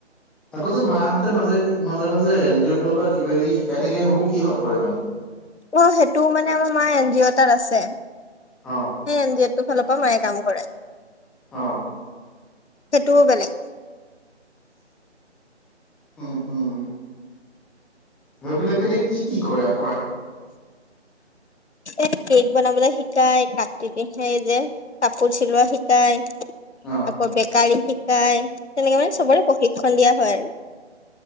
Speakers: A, in the centre; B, on the left (about 70°).
A: আকৌ যে মাহঁতে মাজে মাজে মাজে এন জি অ' ফালৰ পৰা কিবা কিবি শিকাই থাকে হ'বো কিহত পৰে মানে।
B: অ সেইটোও মানে আমাৰ মা এন জি অ' তাত আছে।
A: অ
B: হে এনজিঅটো ফালৰ পৰাও মায়ে কাম কৰে।
A: অ
B: সেইটোও বেলেগ।
A: উম উম উ সেইবিলাকেদি কি কি কৰা কৰা!
B: এ কেক বনাবলে শিকাই কাটি দি সেই যে কাপোৰ চিলোৱা শিকায়।
A: অৱ।
B: আকৌ বেকাৰী শিকাই তেনেকে মানে চবৰে প্ৰশিক্ষণ দিয়া হয় আৰু।